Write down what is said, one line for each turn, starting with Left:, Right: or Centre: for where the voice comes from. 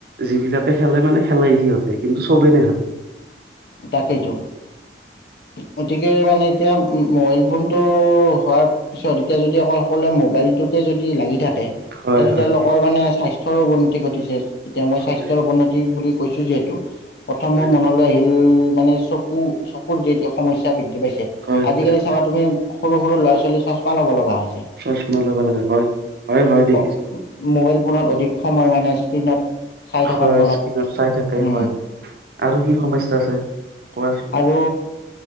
Right: যিবিলাকে খেলে মানে খেলে সিহঁতে কিন্তু চবেই নেখেলে
Left: তাকেইতো গতিকে মানে এতিয়া মোবাইল ফোনটো হোৱাৰ পিছত এতিয়া যদি অকল সকলোৱে মোবাইলটোতে যদি লাগি থাকে
Right: হয়
Left: তাতে
Right: হয়
Left: তেওঁলোকৰ
Right: হয়
Left: মানে স্বাস্থ্য ৰ অৱনতি ঘটিছে এতিয়া মই
Right: হয়
Left: স্বাস্থ্যৰ অৱনতি বুলি কৈছোঁ যিহেতু প্ৰথম
Right: হয়
Left: মোৰ মনলৈ আহিল উ মানে চকু চকুৰ যি সমস্যা বৃদ্ধি পাইছে
Right: হয়
Left: আজিকালি
Right: হয় হয়
Left: চাবা তুমি সৰু সৰু ল'ৰা ছোৱালী চশমা ল'ব লগা হয়
Right: চশমা লব লাগে হয় হয় হয় দেখিছোঁ
Left: প- মোবাইল ফোনত অধিক সময় মানে স্ক্ৰীণত চাই থকাৰ
Right: হয়
Left: ফলত
Right: স্কিনত চাই থাকে
Left: উম।
Right: হয় আৰু কি সময় সমস্যা আছে কোৱাচোন
Left: আৰু